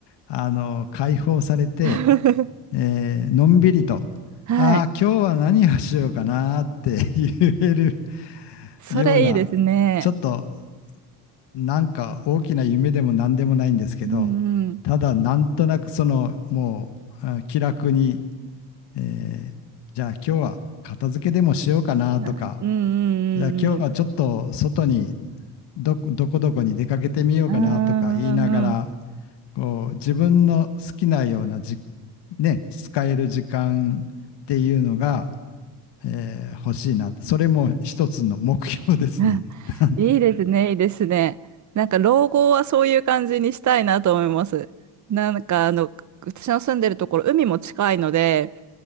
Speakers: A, on the left; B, on the right.
A: あの、解放されて、
B: <laughs>
A: えーのんびりと、
B: はい。
A: ああ、今日は何をしようかなーって言える <laughs>
B: それいいですね。
A: ような、ちょっとなんか大きな夢でも何でもないんですけど、
B: うんうん。
A: ただなんとなくそのもうあ気楽にえーじゃあ今日は片付けでもしようかなとか、
B: うんうんうんうん。
A: じゃあ今日はちょっと外にどこどこどこに出かけてみようかなとか言いながら、
B: うんうんうん
A: こう自分の好きなようなじ、ね、使える時間っていうのが、えー欲しいな。それも一つの目標ですね。
B: <laughs> うんいいですね、
A: <laughs>
B: いいですね。なんか老後はそういう感じにしたいなと思います。なんかあの、私の住んでるところ、海も近いので、